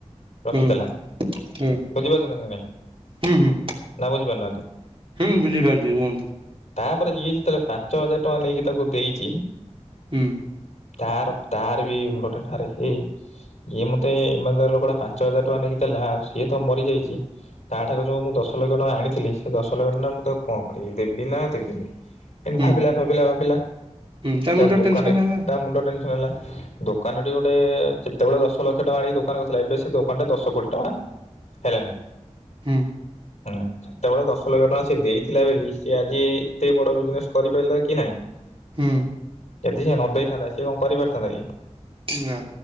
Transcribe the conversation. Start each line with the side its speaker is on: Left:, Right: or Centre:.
Left: ରଖିଥିଲା
Right: ହୁଁ ହୁଁ
Left: ବୁଝିପାରୁଛନ୍ତି ନା ନାଇଁ
Right: ହୁଁ ହୁଁ
Left: ନା ବୁଝି ପାରୁନାହାନ୍ତି?
Right: ହୁଁ ବୁଝିପାରୁଛି କୁହନ୍ତୁ।
Left: ତାପରେ ଇଏ ଯେତେବେଳେ ପାଞ୍ଚ ହଜାର ଟଙ୍କା ନେଇକି ତାକୁ ଦେଇଛି।
Right: ହୁଁ।
Left: ତାର ତାର ବି ମୁଣ୍ଡ ଟେ ଆରେ ହେଇ ଇଏ ମତେ ଇମାନ୍ଦାର ର ଲୋକ ଟା ପାଞ୍ଚ ହଜାର ଟଙ୍କା ନେଇକି ଦେଲା ଆଉ ସିଏ ତ ମରିଯାଇଛି ତା ଠାରୁ ଯୋଉ ମୁଁ ଦଶ ଲକ୍ଷ ଟଙ୍କା ଆଣିଥିଲି ସେ ଦଶ ଲକ୍ଷ ଟଙ୍କା ନା ମୁଁ ତାକୁ କଣ କରିବି ଦେବି ନା ଦେବିନି। ଏମତି
Right: ହୁଁ
Left: ଭାବିଲା ଭାବିଲା ଭାବିଲା
Right: ହୁଁ ତା
Left: ତାର
Right: ମୁଣ୍ଡ
Left: ଦୋକାନ
Right: ଟେନସନ ହେଲା
Left: ତା ମୁଣ୍ଡ ଟେନ୍ ଲା ଦୋକାନ ଟି ଗୋଟେ କେତେବେଳେ ଦଶ ଲକ୍ଷ ଟଙ୍କା ଆଣିକ ଦୋକାନ କଥିଲା ଏବେ ସେ ଦୋକାନ ଟା ଦଶ କୋଟି ଟଙ୍କା ହେଲାଣି।
Right: ହୁଁ।
Left: ହୁଁ ସେତେବେଳେ ଦଶ ଲକ୍ଷ ଟଙ୍କା ସେ ଦେଇଥିଲା ବେଲି ସେ ଆଜି ଏତେ ବଡ ବିଜନେସ କରିପାରିଲା କି ନାଇଁ।
Right: ହୁଁ
Left: ଯଦି ସେ ନଦେଇ ଥାନ୍ତା ସେ କଣ କରିପାରିଥାନ୍ତା କି?
Right: ନା